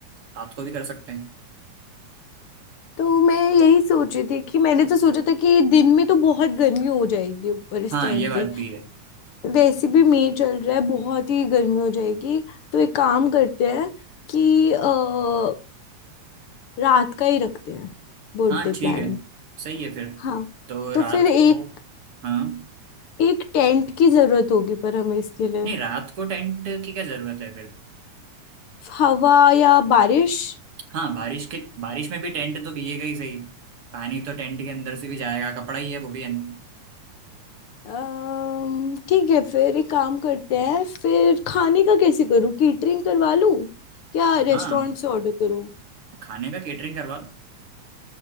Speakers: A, on the right; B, on the left.
A: रात को भी कर सकते हैं
B: तो मैं यही सोच रही थी कि मैंने तो सोचा था कि दिन में तो बहुत गर्मी हो जाएगी ऊपर इस
A: हाँ
B: टाइम
A: ये बात
B: पे
A: भी है
B: वैसे भी मई चल रहा है बहुत ही गर्मी हो जाएगी तो एक काम करते हैं कि अ, रात का ही रखते हैं बर्थडे
A: हाँ ठीक
B: प्लान
A: है सही है फिर
B: हाँ
A: तो
B: तो
A: रात
B: फिर एक
A: को हाँ
B: एक टेंट की जरूरत होगी पर हमें इसके लिए
A: नहीं रात को टेंट की क्या जरूरत है फिर
B: हवा या बारिश
A: हाँ बारिश के बारिश में भी टेंट तो भीगेगा ही सही पानी तो टेंट के अंदर से भी जाएगा कपड़ा ही है वो भी अन-
B: अम्म, ठीक है फिर एक काम करते हैं फिर खाने का कैसे करूँ कैटरिंग करवा लूँ या रेस्टोरेंट
A: हाँ
B: से ऑर्डर करूँ
A: खाने का केटरिंग करवा लो